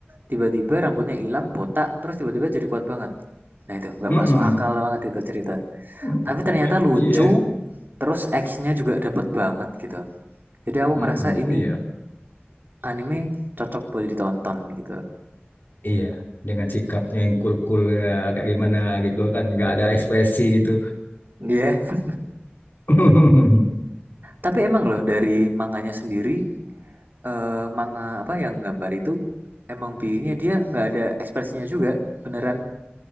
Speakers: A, on the right (about 55°); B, on the left (about 55°).
A: tiba-tiba rambutnya hilang, botak, terus tiba-tiba jadi kuat banget. Nah itu nggak
B: Mm-mm.
A: masuk akal banget itu cerita.
B: <laughs>
A: Tapi ternyata lucu,
B: Iya.
A: terus actionnya juga dapet banget gitu. Jadi aku
B: Mm-mm.
A: ngerasa ini
B: Iya.
A: anime cocok buat ditonton gitu.
B: Iya. Dengan sikapnya yang cool-cool ya, kayak gimana gitu kan nggak ada ekspresi gitu.
A: Iya. Yeah.
B: <laughs>
A: Tapi emang loh dari manganya sendiri, eh, manga apa yang gambar itu emang bikinnya dia nggak ada ekspresinya juga, beneran